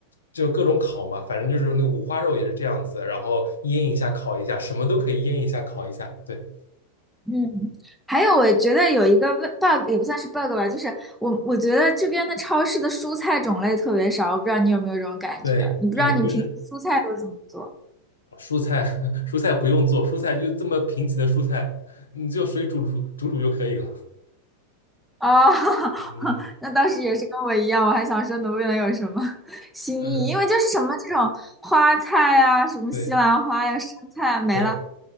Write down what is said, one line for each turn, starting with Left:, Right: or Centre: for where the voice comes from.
Left: 就各种烤嘛，反正就是那五花肉也是这样子，然后腌一下烤一下，什么都可以腌一下烤一下，对
Centre: 嗯，还有我觉得有一个 bug 也不算是 bug 吧，就是我我觉得这边的超市的蔬菜种类特别少，我不知道你有没有这种感觉，
Left: 对对，
Centre: 你不知道你平时蔬菜都怎么做？
Left: 就是。蔬菜 <laughs> 蔬菜不用做，蔬菜就这么贫瘠的蔬菜，你就水煮煮煮煮就可以了。
Centre: 啊，<laughs>
Left: <laughs> 嗯
Centre: 那当时也是跟我一样，我还想说能不能有什么 <laughs> 新意，
Left: 嗯，
Centre: 因为就是什么这种花菜啊，什么西兰花呀、
Left: 对
Centre: 生菜啊，没了。
Left: 对